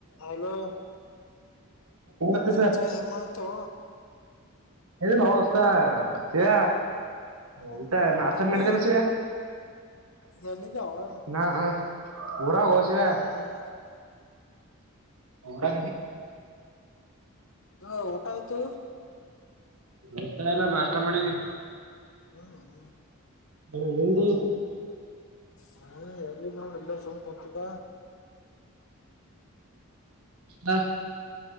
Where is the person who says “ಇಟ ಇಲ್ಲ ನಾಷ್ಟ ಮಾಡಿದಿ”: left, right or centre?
Right